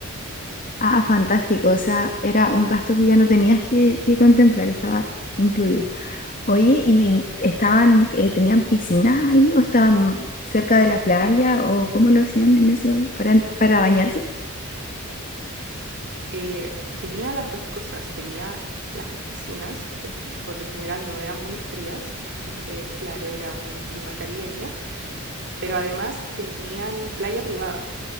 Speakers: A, on the left (about 40°); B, on the right (about 55°).
A: Ah, fantástico. O sea, era un gasto que ya no tenías que, que contemplar, estaba incluido. Oye, ¿y estaban, eh, tenían piscinas ahí o estaban cerca de la playa o cómo lo hacían en eso para, para bañarse?
B: Eh, tenía las dos cosas, tenía las piscinas, que por lo general no eran muy frías, porque claro, era un clima caribeño, pero además tenían playa privada